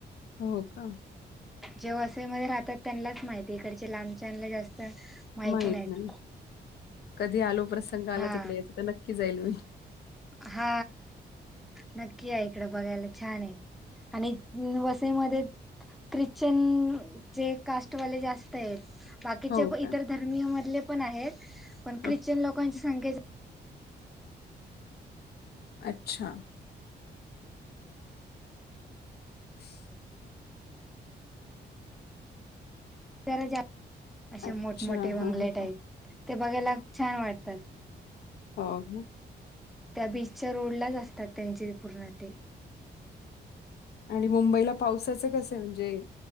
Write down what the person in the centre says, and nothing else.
जे वसईमध्ये राहतात त्यांनाच माहिती इकडच्या लांबच्याना जास्त माहिती
नाहीत
हा
हा नक्की या इकड बघायला छान आहे आणि वसईमध्ये ख्रिश्चन चे कास्टवाले जास्त आहेत बाकीच्या
इतर
धर्मी मधले पण आहेत पण
ख्रिश्चन लोकांची संख्या जा
जरा जा असे
मोठमोठे
बंगले
टाईप ते बघायला छान वाटतात
त्या बीचच्या रोडलाच असतात त्यांचे पूर्ण ते